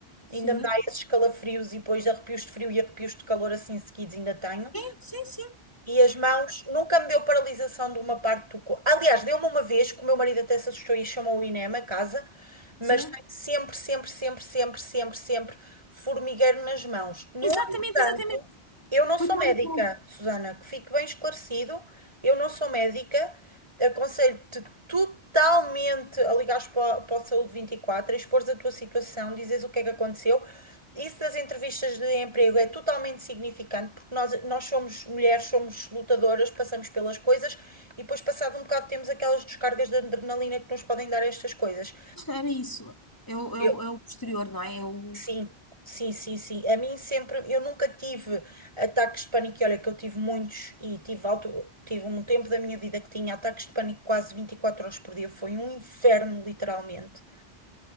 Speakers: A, on the left (about 20°); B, on the right (about 30°).
A: sim.
B: ainda me dá esses calafrios e depois arrepios de frio e arrepios de calor assim seguidos ainda tenho.
A: Sim, sim, sim.
B: E as mãos nunca me deu paralisação de uma parte do corpo. Aliás, deu-me uma vez que o meu marido até se assustou e chamou o INEM a casa, mas
A: Sim.
B: tenho sempre, sempre, sempre, sempre, sempre, sempre formigueiro nas mãos. No
A: Exatamente,
B: entanto,
A: exatamente.
B: eu não
A: Foi
B: sou
A: tal
B: médica,
A: e qual.
B: Susana, que fique bem esclarecido, eu não sou médica, aconselho-te totalmente a ligares para, para o Saúde 24, a expores a tua situação, dizes o que é que aconteceu. Isso das entrevistas de emprego é totalmente significante, porque nós, nós somos mulheres, somos lutadoras, passamos pelas coisas e depois, passado um bocado, temos aquelas descargas de adrenalina que nos podem dar estas coisas.
A: Era isso. Eu, eu,
B: Eu,
A: eu posterior, não é? Eu.
B: Sim, sim, sim, sim. A mim sempre, eu nunca tive ataques de pânico, e olha que eu tive muitos e tive alto, tive um tempo da minha vida que tinha ataques de pânico quase 24 horas por dia, foi um inferno, literalmente.